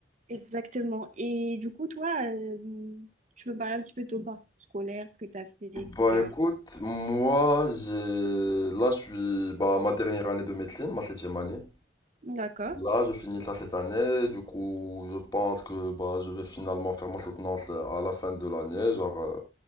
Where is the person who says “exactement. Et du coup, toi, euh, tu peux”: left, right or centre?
Right